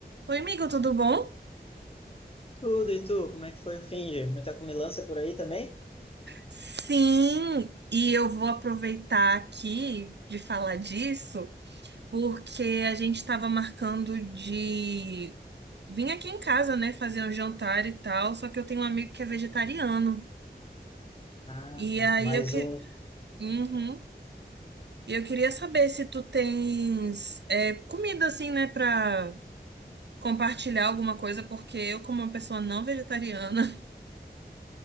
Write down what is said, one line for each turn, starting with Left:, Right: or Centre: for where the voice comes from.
Right: Oi, amigo, tudo bom?
Left: Tudo e tu, como é que foi o Finger? Muita comilança por aí também?
Right: Sim, e eu vou aproveitar aqui de falar disso, porque a gente estava marcando de vir aqui em casa, né, fazer um jantar e tal, só que eu tenho um amigo que é vegetariano.
Left: Ah,
Right: E
Left: vai.
Right: aí
Left: mais
Right: eu que...
Left: um,
Right: Uhum. E Eu queria saber se tu tens é, comida assim, né, pra compartilhar alguma coisa, porque eu, como uma pessoa não vegetariana. <laughs>